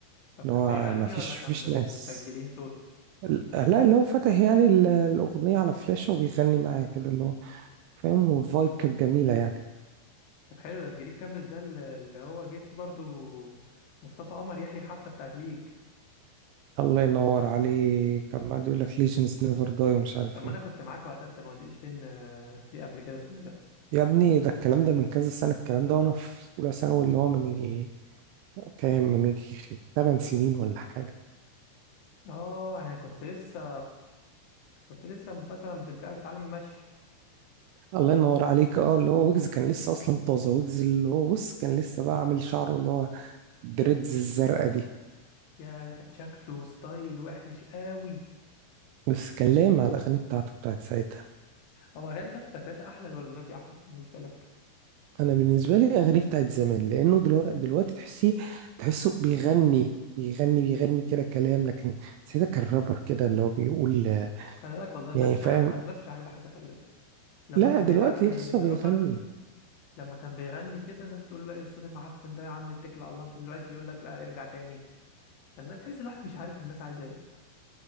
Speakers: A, on the left; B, on the right.
A: طب
B: اللي
A: كان
B: هو
A: بيغني
B: ما فيش
A: ولا كان
B: فيش ناس
A: مسجلين صوت
B: ال- لا اللي هو فاتح يعني ال- الأغنية على فلاشة وبيغني معايا كده اللي هو فاهم والفايب كانت جميلة يعني
A: طب حلو ده الجريك كامبس ده اللي اللي هو جه فيه برضو مصطفى قمر يحيي الحفله بتاعت ليج
B: الله ينور عليك كان قاعد يقول لك Legends never die ومش عارف
A: طب ما
B: ايه
A: انا كنت معاك وقتها انت ما قلتليش لان آه، في قبل كده اسمه إيه ده
B: يا ابني ده الكلام ده من كذا سنة الكلام ده وانا في أولى ثانوي اللي هو من يجي كام من يجي 8 سنين ولا حاجة
A: اه يعني كنت لسه كنت لسه مثلا بتاع- بتعلم المشي
B: الله ينور عليك اه اللي هو ويجز كان لسه اصلا طازه ويجز اللي هو بص كان لسه بقى عامل شعره اللي هو دريدز الزرقاء دي
A: يا ده كان شكله ستايل وحش قوي
B: بس كان لايم على الاغاني بتاعته بتاعت ساعتها
A: هو اغاني بتاعته بتاعت ساعتها احلى ولا دلوقتي احلى بالنسبه لك
B: انا بالنسبه لي اغاني بتاعت زمان لانه دلوقتي دلوقتي تحسيه تحسه بيغني بيغني بيغني كده كلام لكن ساعتها كان رابر كده اللي هو بيقول
A: خلي بالك والله الناس
B: يعني
A: مش
B: فاهم
A: عاجبها حاجه الناس مش عاجبها حاجه خلي بالك لما
B: لا
A: كان
B: دلوقتي
A: بيغني
B: لسه بيغني
A: رابر لما كان بيغني كده الناس تقول له ايه الصوت المعفن ده يا عم اتكل على الله مش دلوقتي يقول لك لا ارجع تاني فالناس تحس الواحد مش عارف الناس عايزه ايه